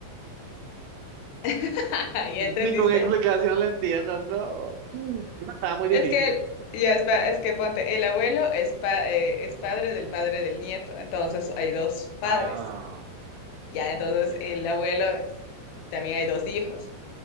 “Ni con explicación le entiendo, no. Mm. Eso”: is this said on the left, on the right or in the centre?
Right